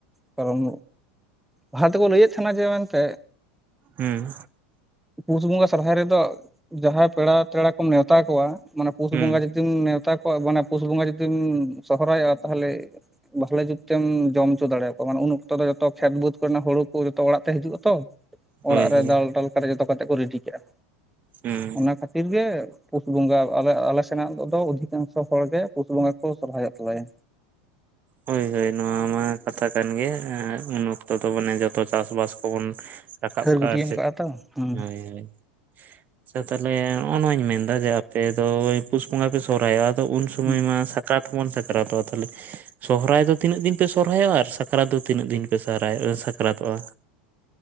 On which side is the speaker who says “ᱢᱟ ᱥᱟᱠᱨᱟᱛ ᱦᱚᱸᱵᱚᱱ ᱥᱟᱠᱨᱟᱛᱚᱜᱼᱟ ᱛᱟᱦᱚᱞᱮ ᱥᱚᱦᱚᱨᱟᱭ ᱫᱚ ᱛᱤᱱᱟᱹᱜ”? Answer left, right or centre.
Right